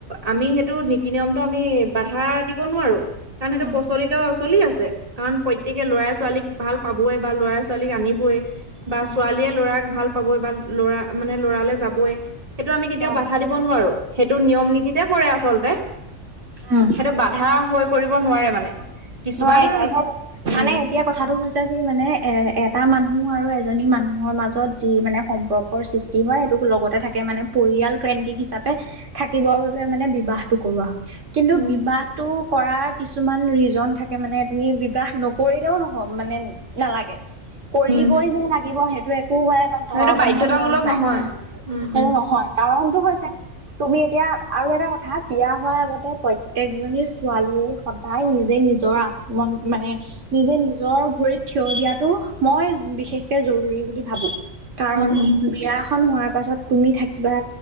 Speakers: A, on the right; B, on the right.
A: আমি সেইটো নীতি নিয়মটো আমি বাধা দিব নোৱাৰো, কাৰণ সেইটো
B: উম
A: প্ৰচলিত চলি আছে। কাৰণ প্ৰত্যেকে ল'ৰাই ছোৱালীক ভাল পাবই বা ল'ৰাই ছোৱালীক আনিবই। বা
B: উম
A: ছোৱালীয়ে ল'ৰাক ভাল পাবই বা ল'ৰা মানে ল'ৰালৈ যাবই। সেইটো আমি কেতিয়াও
B: হয়
A: বাধা দিব নোৱাৰো। সেইটো নিয়ম নীতিতে পৰে আচলতে,
B: উম।
A: সেইটো বাধা হৈ পৰিব নোৱাৰে মানে। কিছুমান
B: নোৱাৰে নোৱাৰে হেইটো,
A: উম
B: মানে এতিয়া কথাটো হৈছে কি মানে এ এটা মানুহ আৰু এজনী মানুহৰ মাজত যি মানে সম্পৰ্কৰ সৃষ্টি কি হয় সেইটোক লগতে থাকে মানে পৰিয়াল কেন্দ্ৰিক হিচাপে থাকিবৰ বাবে মানে বিবাহটো কৰোৱা হয়। কিন্তু
A: উম
B: বিবাহটো কৰাৰ কিছুমান ৰিজন থাকে মানে। তুমি বিবাহ নকৰিলেও নহয় মানে নালাগে। কৰিবই
A: উম
B: যে লাগিব সেইটো একো ধৰা
A: সেইটো
B: বন্ধা
A: বাধ্যতামূলক
B: নিয়ম নাই।
A: নহয় উম
B: সেইটো
A: উম
B: নহয়। কাৰণটো হৈছে, তুমি এতিয়া আৰু এটা কথা বিয়া হোৱাৰ আগতে প্ৰত্যেয়েকজনী ছোৱালীয়ে সদায় নিজে নিজৰ আত্ম মানে নিজে নিজৰ নিজৰ ভৰিত থিয় দিয়াটো মই বিশেষকে জৰুৰী বুলি ভাবো। কাৰণ
A: উম উম
B: বিয়াখন হোৱাৰ পাছত তুমি থাকিবা